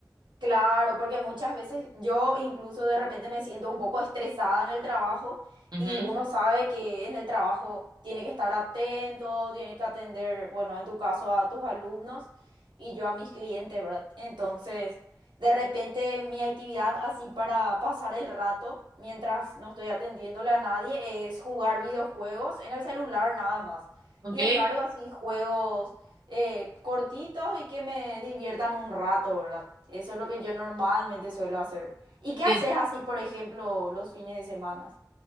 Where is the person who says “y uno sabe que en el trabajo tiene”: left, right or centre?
Right